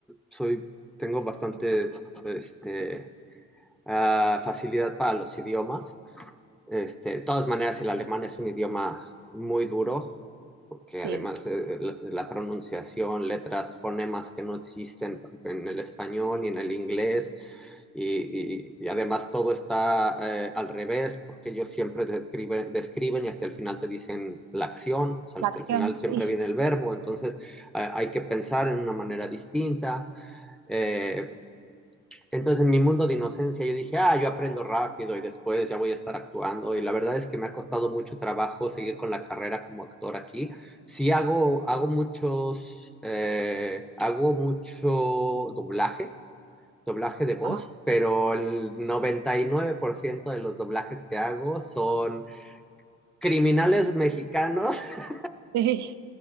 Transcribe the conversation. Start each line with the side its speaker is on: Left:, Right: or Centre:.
Centre: soy, tengo bastante este, ah, facilidad para los idiomas. Este, de todas maneras, el alemán es un idioma muy duro, porque
Right: Sí.
Centre: además eh, la, la pronunciación, letras, fonemas que no existen en el español ni en el inglés, y, y- y además todo está eh, al revés, porque ellos siempre describen, describen y hasta el final te dicen la acción, o sea, hasta
Right: La acción,
Centre: el final siempre
Right: sí.
Centre: viene el verbo, entonces eh, hay que pensar en una manera distinta. Eh, entonces, en mi mundo de inocencia, yo dije, ah, yo aprendo rápido y después ya voy a estar actuando. Y la verdad es que me ha costado mucho trabajo seguir con la carrera como actor aquí. Sí hago, hago muchos, eh, hago mucho doblaje, doblaje de voz,
Right: Ajá.
Centre: pero el 99% de los doblajes que hago son criminales mexicanos <laughs>
Right: Sí.